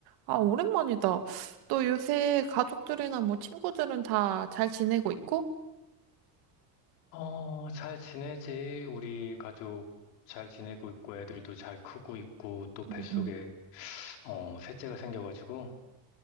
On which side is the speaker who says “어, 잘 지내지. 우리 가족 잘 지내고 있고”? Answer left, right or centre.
Left